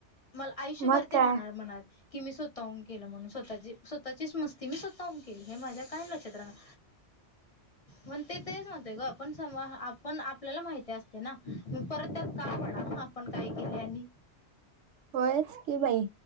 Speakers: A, on the left (about 35°); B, on the right (about 80°).
A: मला आयुष्यभर
B: मग
A: ते
B: काय
A: राहणार मनात की मी स्वतःहून केलं म्हणून स्वतःची स्वतःचीच मस् ती मी स्वतः हून केली हे माझ्या कायम लक्षात राहणार. मण ते तेच म्हणत ग पण समजा आपण आपल्याला माहिती असते ना? म परत त्यात का पडा. आपण काय केले आणि
B: होयच की बाई